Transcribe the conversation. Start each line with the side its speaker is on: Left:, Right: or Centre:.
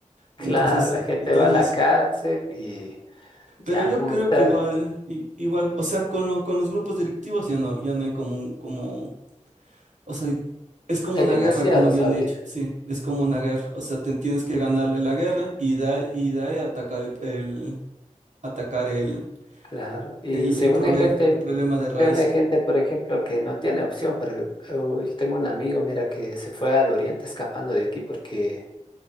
Left: claro,
Right: Entonces sí,
Left: la gente
Right: entonces
Left: va a la cárcel
Right: sí.
Left: y ya
Right: Pero yo
Left: como
Right: creo
Left: está,
Right: que igual, i- igual, o sea, con, lo- con los grupos delictivos ya no, ya no hay como un, como o sea, es como
Left: hay
Right: una
Left: demasiados
Right: guerra, como habían
Left: ahorita,
Right: dicho, sí, es como una guerra. O sea, te- tienes que ganarle la guerra y da y da y atacar el, el- atacar el,
Left: claro. Y
Right: el,
Left: se
Right: el
Left: une
Right: problema,
Left: gente,
Right: el problema de raíz.
Left: se une gente, por ejemplo, que no tiene opción, porque oh, yo tengo un amigo, mira, que se fue al oriente escapando de aquí porque